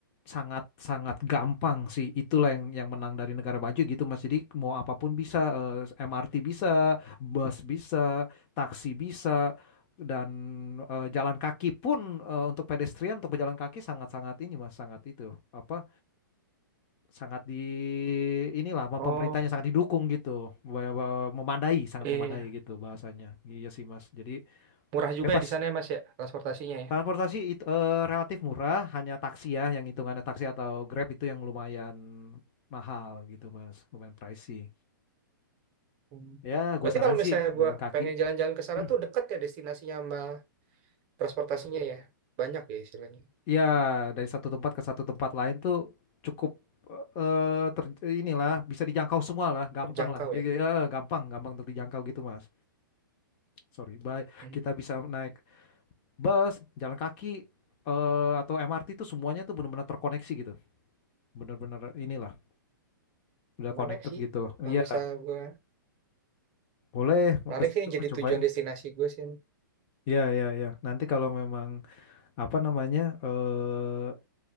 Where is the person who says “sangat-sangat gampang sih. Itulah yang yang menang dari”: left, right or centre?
Left